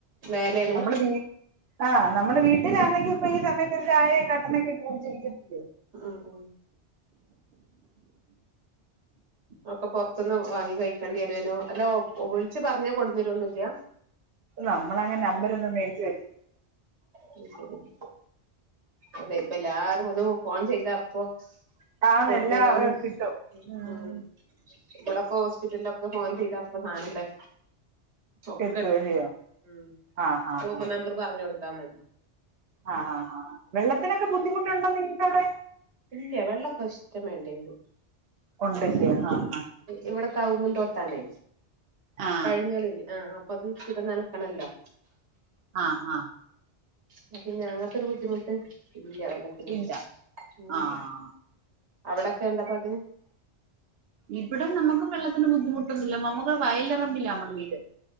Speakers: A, on the right; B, on the right.
A: മേലേണ്
B: നമ്മള് വീ ആഹ് നമ്മള് വീട്ടിലാണെങ്കി ഇപ്പൊ ഈ സമയത്തൊരു ചായേ കട്ടനൊക്കിട്ട് കുടിച്ചിരിക്കത്തില്ലേ
A: ആഹ് ആഹ് ഒക്കെ പൊർത്ത്ന്ന് വാങ്ങി കഴിക്കേണ്ടി വരുവാനോ അല്ലോ വിളിച്ച് പർഞ്ഞാ കൊടുന്നേരൊന്നുല്ല
B: നമ്മളങ്ങനെ നമ്പരൊന്നും മേടിച്ച് വ
A: അയ് ശെരി അല്ലെ പ്പല്ലാരും ഒന്ന് ഫോൺ ചെയ്താ അപ്പൊ
B: ആന്ന്
A: കൊട്ന്നെരാൻ
B: എല്ലാ കിട്ടും ഉം
A: ആഹ് വടൊക്കോ സ്പിറ്റലൊക്കെ ഫോൺ ചെയ്താ അപ്പ സാനം ബടെ ഒക്കെത്തും
B: എത്തും അല്ലയോ
A: ഉം
B: ആഹ് ഹാ
A: റൂമ്
B: ഹാ
A: നമ്പർ പറഞ്ഞൊട്ത്താ മതി
B: ആഹ് ആഹ് ആഹ് വെള്ളത്തിനൊക്കെ ബുദ്ധിമുട്ടുണ്ടോ നിങ്ങക്കവടെ
A: ഇല്ലേ വെള്ളൊക്കിഷ്ടം വേണ്ടിണ്ട്
B: ഉണ്ടില്ലേ ആഹ് ആഹ്
A: ഇവിടെ കവുങ്ങിൻ തോട്ടാണേ
B: ആഹ്
A: പഴങ്ങൽ ആഹ് അപ്പത് നനക്കണല്ലോ
B: ആഹ് ആഹ്
A: അപ്പ പിന്നെ അങ്ങൻത്തൊരു ബുദ്ധിമുട്ട് ഇല്ല വെള്ളത്തിന്
B: ഇല്ല
A: ഉം
B: ആഹ്
A: ഉം അവിടൊക്കെ എന്താപ്പാട്
B: ഇവിടെ നമ്മുക്കും വെള്ളത്തിന് ബുദ്ധിമുട്ടൊന്നുല്ല നമ്മള് വയലിറമ്പില്ലാ നമ്മൾ വീട്